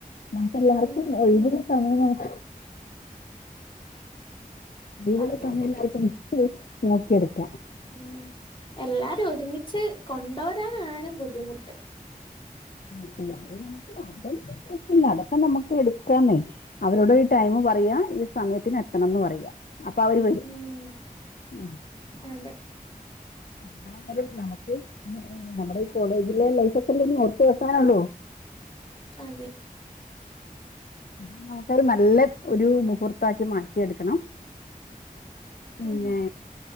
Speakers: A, on the left (about 70°); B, on the left (about 35°).
A: നമുക്ക് എല്ലാവർക്കും
B: ഉം
A: ഒഴിവുള്ള സമയം നമുക്ക് ഒഴിവുള്ള
B: അതെ
A: ടൈം
B: അതെ
A: എല്ലാർക്കും നോക്കിയെടുക്കാം
B: ഉം എല്ലാരും ഒരുമിച്ച് കൊണ്ടൊരാനാണ് ബുദ്ധിമുട്ട്
A: ട്ടില്ല അത് നമുക്ക് അതോന്നും പ്രശ്നല്ല അതൊക്കെ നമുക്ക് എടുക്കാന്നേ അവരോട് ടൈം പറയാ ഈ സമയത്തിന് എത്തണംന്ന് പറയാ അപ്പൊ അവര് വരും
B: ഉം
A: ഉം.
B: അതെ
A: എന്നാലും നമുക്ക് നമ്മുടെ ഈ കോളേജിലെ ലൈഫ് ഒക്കെലെ ഓർത്ത് വക്കാന്ള്ളു.
B: അതെ
A: ആ നമുക്ക്ത് നല്ല ഒരു മുഹൂർത്തക്കി മാറ്റിയെടുക്കണം. പിന്നെ
B: ഉം